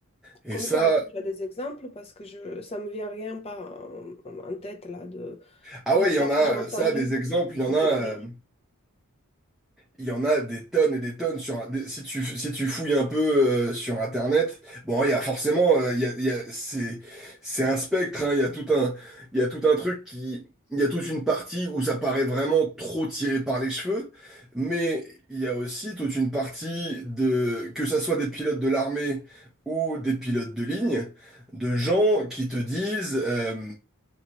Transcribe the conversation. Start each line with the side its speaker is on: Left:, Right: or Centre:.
Centre: Et
Left: Comme
Centre: ça,
Left: quoi, est-ce que tu as des exemples? Parce que je, ça me vient rien pas en, en tête là de
Centre: ah
Left: d'histoires
Centre: ouais, il y en a,
Left: que j'ai entendues
Centre: ça, des exemples, il y en
Left: au
Centre: a.
Left: témoignage.
Centre: euh, Il y en a des tonnes et des tonnes sur un- des- si tu si tu fouilles un peu euh, sur Internet bon il y a forcément euh, il y a, il y a- c'est c'est un spectre hein, il y a tout un il y a tout un truc qui il y a toute une partie où ça paraît vraiment trop tiré par les cheveux mais il y a aussi toute une partie de que ça soit des pilotes de l'armée ou des pilotes de ligne de gens qui te disent euh,